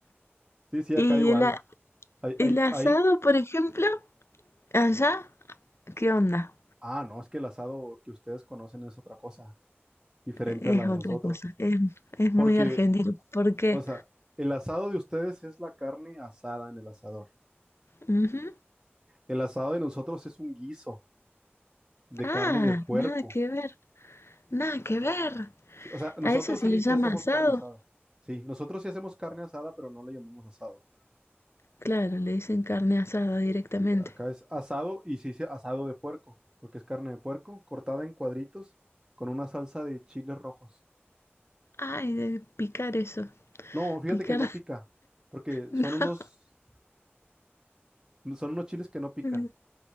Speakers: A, on the right; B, on the left.
A: Sí, sí,
B: Y
A: acá igual.
B: el, a-
A: Hay, hay,
B: el asado,
A: hay...
B: por ejemplo, allá. ¿Qué onda?
A: Ah, no, es que el asado que ustedes conocen es otra cosa, diferente
B: E-,
A: a la
B: Es
A: de
B: otra
A: nosotros.
B: cosa, es, es muy
A: Porque,
B: argentino. ¿Por qué?
A: o sea, el asado de ustedes es la carne asada en el asador.
B: Ujú.
A: El asado de nosotros es un guiso de
B: Ah,
A: carne de puerco.
B: nada que ver, nada que ver.
A: Sí, o sea, nosotros
B: A eso se
A: sí,
B: le llama
A: sí hacemos
B: asado.
A: carne asada. Sí, nosotros sí hacemos carne asada, pero no le llamamos asado.
B: Claro, le dicen carne asada directamente.
A: Sí, acá es asado y sí, sí, asado de puerco, porque es carne de puerco cortada en cuadritos con una salsa de chiles rojos.
B: Ay, de picar eso,
A: No, fíjate
B: picar.
A: que no pica, porque
B: <laughs>
A: son unos, son unos chiles que no pican.
B: No,